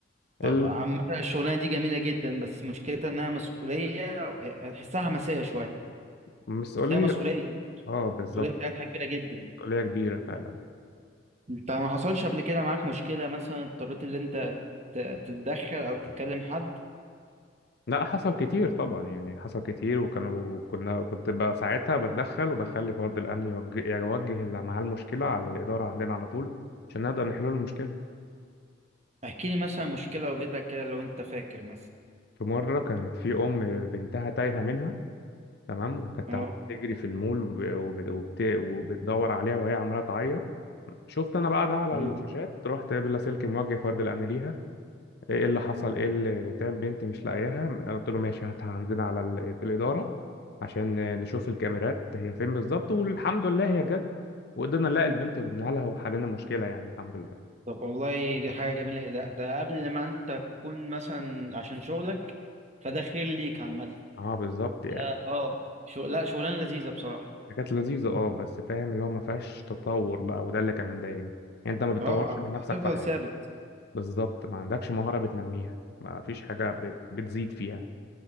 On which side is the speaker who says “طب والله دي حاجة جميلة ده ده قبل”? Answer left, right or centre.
Right